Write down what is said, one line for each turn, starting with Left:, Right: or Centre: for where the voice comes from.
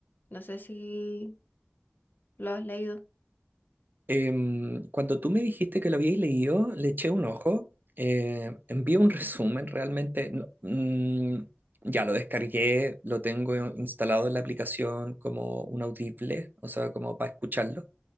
Left: No sé si lo has leído.
Right: Em, cuando tú me dijiste que lo habíais leído, le eché un ojo, eh, envié un <laughs> resumen, realmente no- mm, ya lo descargué, lo tengo instalado en la aplicación como un audible, o sea, como para escucharlo.